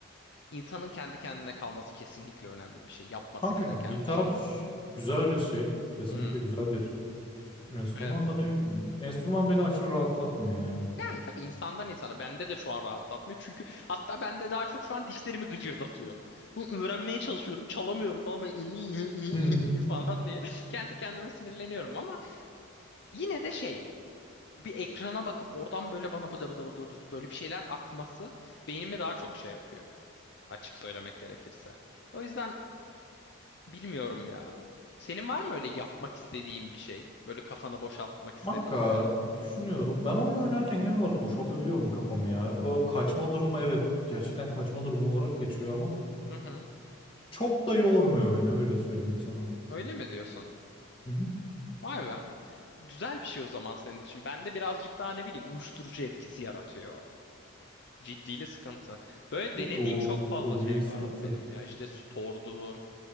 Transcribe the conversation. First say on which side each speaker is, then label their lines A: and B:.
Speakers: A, on the left (about 50°); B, on the left (about 25°).
A: İnsanın kendi kendine kalması kesinlikle önemli bir şey. Yapması
B: Kanka
A: gereken
B: gitar
A: bir şey.
B: güzel bir şey. Kesinlikle
A: Hmm,
B: güzel bir enstrüman
A: evet.
B: da ne bileyim. Enstrüman beni aşırı rahatlatmıyor ya.
A: Yani tabii insandan insana. Bende de şu an rahatlatmıyor. Çünkü hatta bende daha çok şu an dişlerimi gıcırdatıyor. Bunu öğrenmeye çalışıyorum. Çalamıyorum falan. Böyle
B: <laughs>
A: <laughs> falan diye. Kendi kendime sinirleniyorum ama yine de şey. Bir ekrana bakıp oradan böyle bana böyle, böyle, böyle böyle bir şeyler akması beynimi daha çok şey yapıyor. Açık söylemek gerekirse. O yüzden Bilmiyorum ya. Senin var mı öyle yapmak istediğin bir şey? Böyle kafanı boşaltmak
B: Kanka
A: istediğinde.
B: düşünüyorum. Ben oyun oynarken genel olarak boşaltabiliyorum kafamı ya. O kaçma durumu evet gerçekten kaçma durumu olarak geçiyor ama
A: Hı hı.
B: çok da yormuyor beni öyle söyleyeyim sana.
A: Öyle mi diyorsun?
B: Hı hı.
A: Vay be. Güzel bir şey o zaman senin için. Bende birazcık daha ne bileyim uyuşturucu etkisi yaratıyor. o. Ciddiyle sıkıntı. Böyle denediğim
B: O,
A: çok fazla
B: o
A: şey
B: büyük
A: vardı
B: sıkıntı.
A: benim ya. İşte spordu,